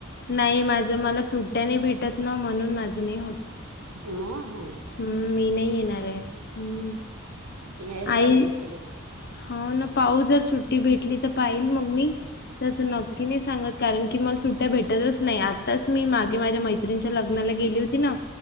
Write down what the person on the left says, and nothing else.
नाही माझं मला सुट्ट्या नाही भेटत ना म्हणून माझं नाही होत.
हम्म मी नाही येणार आहे हम्म.
आई
हो ना पाऊ जर सुट्टी भेटली तर पाहिल मग मी, तस नक्की नाही सांगत. कारण की मला सुट्ट्या भेटतच नाही आत्ताच मी मागे माझ्या मैत्रीणीच्या लग्नाला गेली होती. तीना,